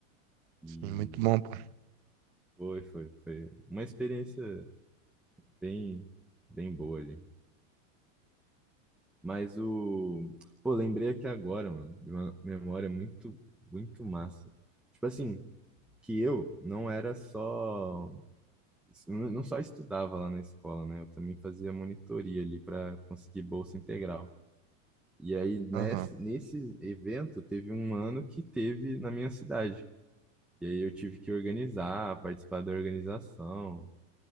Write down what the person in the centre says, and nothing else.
E
foi, foi, foi uma experiência bem, bem boa ali. Mas o. Pô, lembrei aqui agora, mano, de uma memória muito, muito massa. Tipo assim, que eu não era só Não não só estudava lá na escola, né? Eu também fazia monitoria ali para conseguir bolsa integral. E aí, nesse,
nesse evento, teve um ano que teve na minha cidade. E aí eu tive que organizar, participar da organização.